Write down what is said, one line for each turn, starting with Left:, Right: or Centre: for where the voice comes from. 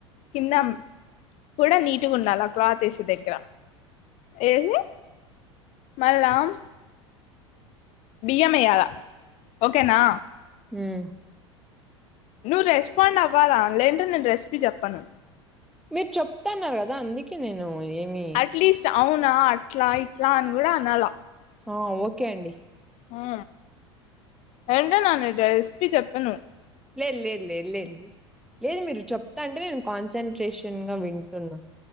Left: కింద కూడా నీటిగా ఉండాలా క్లాత్ వేసే దగ్గర ఎసి మళ్ళం బియ్యం వేయలా ఓకేనా
Centre: హ్మ్
Left: నువ్వు రెస్పాండ్ అవ్వాలా లేదంటే నేను రెసిపీ చెప్పను
Centre: మీరు చెప్తన్నారు కదా అందుకే నేను ఏమి
Left: అట్లీస్ట్ అవునా అట్లా ఇట్లా అని కూడా అనాల
Centre: ఆ ఓకే అండి
Left: ఆ ఏంటనన్న రెసిపీ చెప్పను
Centre: లేదు లేదు లేదు లేదు లే లేదు మీరు చెప్తాంటే నేను కాన్సన్ట్రేషన్‌గా వింటున్నా